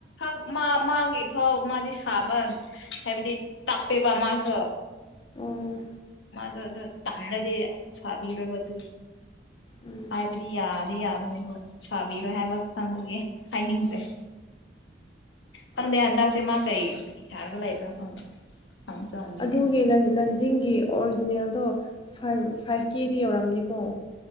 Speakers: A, on the left; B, on the left.
A: ꯛ ꯃꯥꯒꯤ ꯐꯥꯎ ꯃꯥꯗꯤ ꯁꯥꯕ ꯍꯥꯏꯕꯗꯤ ꯇꯞꯄꯦꯕ ꯃꯥꯁꯨ
B: ꯑꯣ
A: ꯃꯥꯗꯣ ꯑꯗꯨꯗꯣ ꯇꯜꯂꯗꯤ ꯁꯥꯕꯤꯔꯕ ꯑꯗꯨꯒꯤ
B: ꯎꯝ
A: ꯍꯥꯏꯕꯗꯤ ꯌꯥꯗ ꯌꯥ ꯁꯥꯕꯤꯔꯣꯏ ꯍꯥꯏꯕ ꯈꯪꯕꯒꯤ ꯍꯥꯏꯅꯤꯡꯗꯦ ꯈꯪꯗꯦ ꯍꯟꯗꯛꯁꯦ ꯃꯥ ꯀꯩ ꯐꯤ ꯍꯥꯏꯔꯒ ꯂꯩꯕꯅꯣ ꯈꯪꯗꯦ ꯍꯪꯁꯨ ꯍꯪꯕꯤꯗꯦ
B: ꯑꯗꯨꯒꯤ ꯂꯟꯖꯤꯡꯒꯤ ꯑꯣꯔꯤꯖꯤꯅꯦꯜꯗꯣ ꯐꯥꯏꯚ ꯐꯥꯏꯚ ꯀꯦꯗꯤ ꯌꯧꯔꯝꯅꯤ ꯑꯣ